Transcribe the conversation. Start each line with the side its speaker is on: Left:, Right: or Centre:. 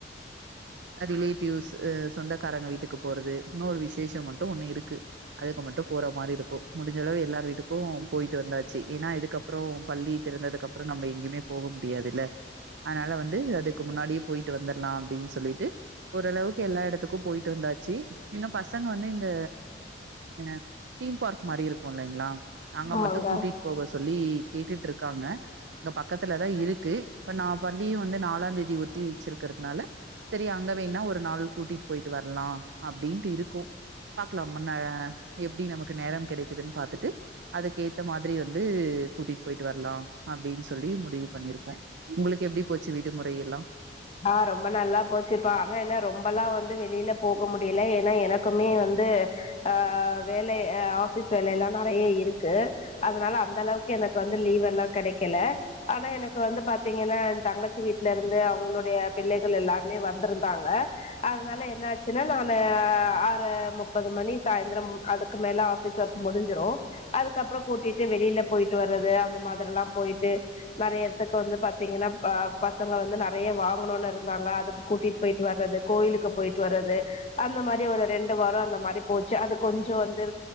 Right: அ ரிலேட்டிவ்ஸ் சொந்தக்காரங்க வீட்டுக்கு போறது இன்னொரு விசேஷம் மட்டு ஒன்னு இருக்கு அதுக்கு மட்டு போற மாரி இருக்கு முடிஞ்சளவு எல்லார் வீட்டுக்கு போயிட்டு வந்தாச்சி ஏன்னா இதுக்கப்புறோ பள்ளி திறந்ததுக்கு அப்புறோ நம்ம எங்கியுமே போக முடியாதில்ல அனால வந்து அதுக்கு முன்னாடியே போயிட்டு வந்தர்லா அப்பிடின் சொல்லிட்டு ஓரளவுக்கு எல்லா எடத்துக்கு போயிட்டு வந்தாச் ச்சி இன்னு பசங்க வந்து இந்த அ தீம் பார்க் மாரி இருக்கு இல்லைங்களா அங்க
Left: ஆமாங்க
Right: மட்டு கூட்டிட்டு போக சொல்லி கேட்டுட்டு இருக்காங்க இங்க பக்கத்துலதா இருக்கு இப்ப நா பள்ளியு வந்து நாலாந்தேதி ஒத்தி வச்சுருக்குறதுனால சேரி அங்க வேன்னா ஒரு நாள் கூட்டிட்டு போயிட்டு வரலா அப்டின்ட்டு இருக்கு பாக்கலாமா ந எப்டி நமக்கு நேர கெடக்குதுன் பாத்துட்டு அதுக்கு ஏத்த மாதிரி வந்து கூட்டிட்டு போயிட்டு வரலா அப்டின்னு சொல்லி முடிவு பண்ணிருக்கோ ஒங்களுக்கு எப்டி போச்சு விடுமுறை எல்லா
Left: ஆ ரொம்ப நல்லா போச்சுப்பா ஆனா ஏன்னா ரொம்பல்லா வந்து வெளில போக முடியல ஏன்னா எனக்குமே வந்து அ வே இல்ல ஆபீஸ் வேல எல்லா நெறய இருக்கு அதனால அந்த அளவுக்கு எனக்கு வந்து லீவ் எல்லா கெடைக்கல ஆனா எனக்கு வந்து பாத்தீங்கன்னா தங்கச்சி வீட்ல இருந்து அவுங்களோட ய பிள்ளைகள் எல்லாருமே வந்திருந்தாங்க அதனால என்ன ஆச்சுனா நானு ஆறு முப்பது மணி சாயந்திரம் அதுக்கு மேல ஆபிஸ் ஒர்க் முடிஞ்சுரு அதுக்கப்றோ கூட்டிட் இங்க வெளியில போயிட்டு வர்றது அந்த மாதிரில்லா போயிட்டு நெறய எடத்துக்கு வந்து பாத்தீங்கன்னா ப பசங்க வந்து நெறய வா போனுனு இருந்தாங்க அதுக்கு கூட்டிட்டு போயிட்டு வர்றது கோயிலுக்கு போயிட்டு வர்றது அந்த மாதிரி ஒரு ரெண்டு வாரோ அந்த மாதிரி போச்சு அது கொஞ்சோ வந்து